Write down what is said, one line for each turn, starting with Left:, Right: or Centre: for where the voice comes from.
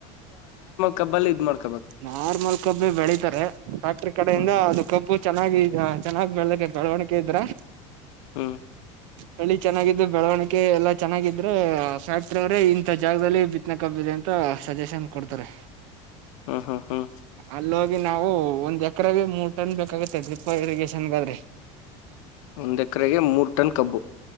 Left: ಕಬ್ಬಲಿ ಇದ್ ಮಾಡ್
Right: ನಾರ್ಮಲ್ ಕಬ್ಬೆ ಬೆಳಿತಾರೆ ಫ್ಯಾಕ್ಟ್ರ ಕಡೆಯಿಂದ
Left: ಹ್ಮ್ ಹ್ಮ್
Right: ಅದು ಕಬ್ಬು ಚೆನ್ನಾಗಿ ಚೆನ್ನಾಗಿ ಬೆಳಕ ಬೆಳವಣಿಕೆ ಇದ್ರ
Left: ಹ್ಮ
Right: ಬೆಳಿ ಚೆನ್ನಾಗಿದ್ದು ಬೆಳವಣಿಗೆ ಎಲ್ಲಾ ಚೆನ್ನಾಗಿದ್ರೆ ಫ್ಯಾಕ್ಟ್ರಿ ಅವರೇ ಇಂಥ ಜಾಗದಲ್ಲಿ ಬಿತ್ನಕ್ಬ್ಬಿದೆ ಅಂತ ಸಜೆಷನ್ ಕೊಡ್ತಾರೆ
Left: ಹ್ಮ ಹ್ಮ ಹ್ಮ್
Right: ಅಲ್ಲೋಗಿ ನಾವು ಒಂದ್ ಎಕ್ರಾಗ ಮೂರ್ ಟನ್ ಬೇಕಾಗತ್ತೆ ಡ್ರಿಪ್ ಇರಿಗೇಷನ್ಗಾದ್ರೆ
Left: ಒಂದ್ ಎಕರೆಗೆ ಮೂರ್ ಟನ್ ಕಬ್ಬು